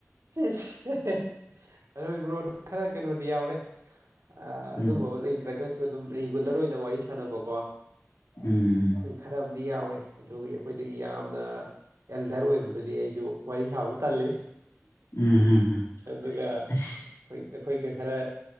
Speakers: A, on the right (about 75°); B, on the left (about 85°).
A: <unintelligible> ꯕ꯭ꯔꯣꯅ ꯈꯔ ꯀꯩꯅꯣꯗꯤ ꯌꯥꯎꯔꯦ ꯑ ꯑꯗꯨꯝꯕꯃ
B: ꯎꯝ
A: ꯂꯩꯇ꯭ꯔꯒꯁꯨ ꯑꯗꯨꯝ ꯔꯤꯒꯨꯂꫪ ꯑꯣꯏꯅ ꯋꯥꯔꯤ ꯁꯥꯟꯅꯕꯀꯣ
B: ꯎꯝ ꯎꯝ
A: ꯈꯔ ꯑꯃꯗꯤ ꯌꯥꯎꯋꯦ ꯑꯗꯨꯒ ꯑꯩꯈꯣꯏꯗꯒꯤ ꯌꯥꯝꯅ ꯑꯦꯜꯗꯔ ꯑꯣꯏꯕꯗꯨꯗꯤ ꯑꯩꯁꯨ ꯋꯥꯔꯤ ꯁꯥꯕ ꯇꯜꯂꯤ
B: ꯎꯝ ꯎꯝ ꯎꯝ
A: ꯑꯗꯨꯒ
B: ꯑꯁ
A: ꯑꯩꯈꯣꯏꯒ ꯈꯔ